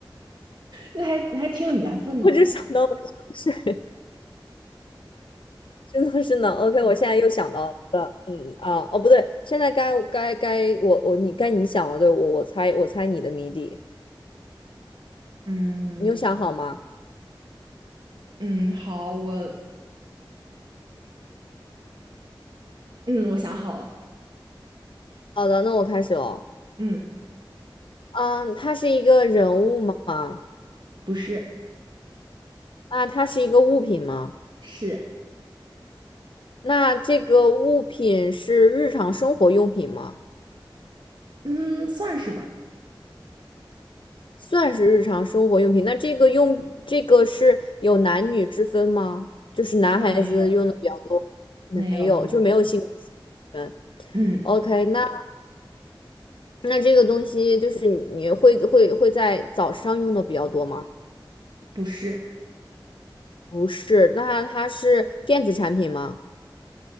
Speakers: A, on the right (about 60°); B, on the left (about 75°).
A: 那还那还挺有缘分的呢。
B: <laughs> 我就想到了香水真的是呢。OK，我现在又想到了嗯啊，哦不对，现在该该该我我你该你想了，对我我猜我猜你的谜底，
A: 嗯
B: 你有想好吗？
A: 嗯，好，我嗯我想好了，
B: 好的，那我开始了。
A: 嗯，
B: 嗯，它是一个人物吗？
A: 不是，
B: 那它是一个物品吗？
A: 是
B: 那这个物品是日常生活用品吗？
A: 嗯算是吧。
B: 算是日常生活用品。那这个用这个是有男女之分吗？就是男孩子用的比较多，
A: 没有，没有，
B: 没有，
A: 没有，
B: 就没有性别之分。
A: 嗯，
B: OK，那那这个东西就是你你会会会在早上用的比较多吗？
A: 不是
B: 不是，那它是电子产品吗？